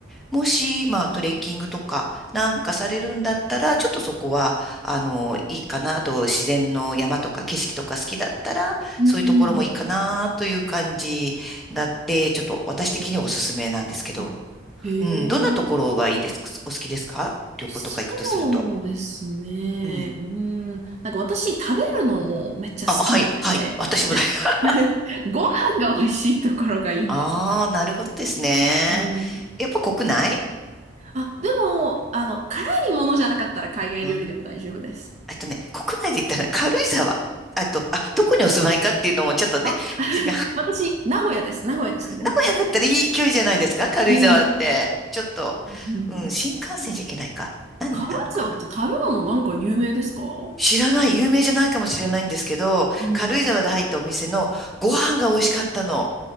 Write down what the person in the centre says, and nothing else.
もし、まあ、トレッキングとかなんかされるんだったら、ちょっとそこは、あの、いいかな。あと、自然の山とか景色とか好きだったら、
そういうところもいいかなという感じだって、ちょっと私的にはおすすめなんですけど。
うん、どんなところがいいですかお好きですか旅行とか行くとすると。
うん。
あ、はい、はい。私もだよ。<laughs>
ああ、なるほどですね。
やっぱ国内
うん。えっとね、国内で言ったら軽井沢。あと、あ、どこにお住まいかっていうのもちょっとね、
違う。
名古屋だったらいい距離じゃないですか軽井沢って。
ちょっと、
うん、新幹線じゃいけないか。何になるのかな
知らない、有名じゃないかもしれないんですけど、
軽井沢で入ったお店のご飯が美味しかったの。